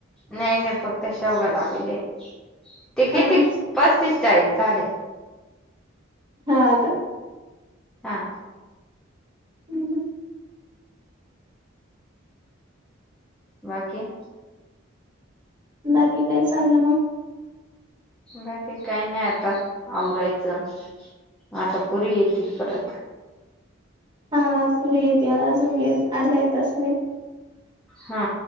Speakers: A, in the centre; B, on the right (about 20°).
A: नाही नाही फक्त शवग लावेले ते
B: हा
A: किती
B: हा
A: पस्तीस चाळीस झाडे
B: हा का
A: हा
B: हम् ह
A: बाकी
B: बाकी काय चागलं मग
A: बाकी काही नाही आता आवरायचं आता पुरी येतील परत
B: हा पूवी येते या अजून अर्धा एक तास
A: हा